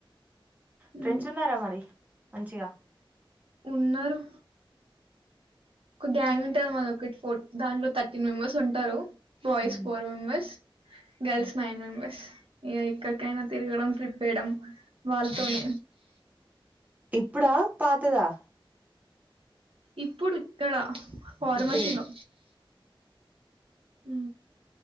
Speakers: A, on the right; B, on the right.
A: ఫ్రెండ్స్
B: మ్మ్
A: ఉన్నారా మరి మంచిగా
B: ఉన్నారు ఒక గ్యాంగ్ ఉంటంది మన ఒక ఫోర్ దాంట్లో థర్టీన్ మెంబెర్స్ ఉంటారు బాయి్స్
A: ఉమ్,
B: ఫోర్ మెంబర్స్ గర్ల్స్
A: ఉమ్.
B: నైన్ మెంబెర్స్ ఇ ఎక్కడికైనా తిరగడం ట్రిప్ వేయడం వాళ్ళతోనే
A: ఇప్పుడా పాతదా
B: ఇప్పుడు ఇక్కడ ఫార్మసీలో
A: ఓకే
B: ఉ